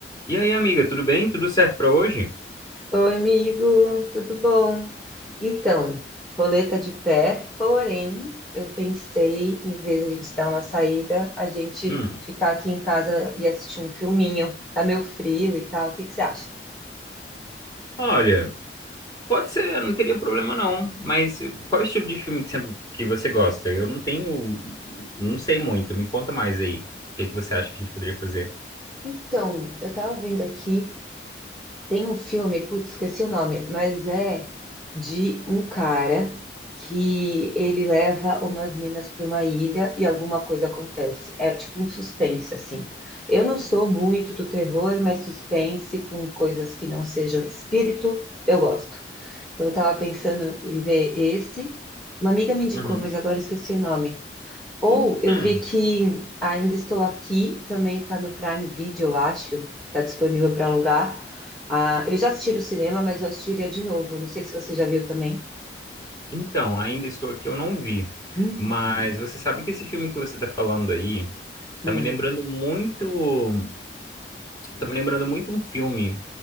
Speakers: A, on the left; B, in the centre.
A: E aí, amiga, tudo bem? Tudo certo pra hoje?
B: Oi, amigo, tudo bom? Então, roleta de pé, porém, eu pensei, em vez de a gente dar uma saída, a gente
A: Hum,
B: ficar aqui em casa e assistir um filminho. Tá meio frio e tal, o que que você acha?
A: olha, pode ser, eu não teria problema não, mas qual é o tipo de filme que você, que você gosta? Eu não tenho, não sei muito, me conta mais aí. O que que você acha que a gente poderia fazer?
B: Então, eu tava vendo aqui. Tem um filme, putz, esqueci o nome, mas é de um cara que ele leva umas minas para uma ilha e alguma coisa acontece. É tipo um suspense, assim. Eu não sou muito do terror, mas suspense com coisas que não sejam espírito, eu gosto. Então eu tava pensando em ver esse. Uma amiga me indicou,
A: Uhum.
B: mas agora eu esqueci o nome. Ou
A: Então,
B: eu vi que Ainda Estou Aqui, também tá no Prime Video, eu acho, tá disponível para alugar. Ah, eu já assisti no cinema, mas eu assistiria de novo. Não sei se você já viu também.
A: então, ainda estou aqui, eu não vi,
B: Hum,
A: mas você sabe que esse filme que você tá falando aí
B: hum,
A: tá me lembrando muito Tá me lembrando muito um filme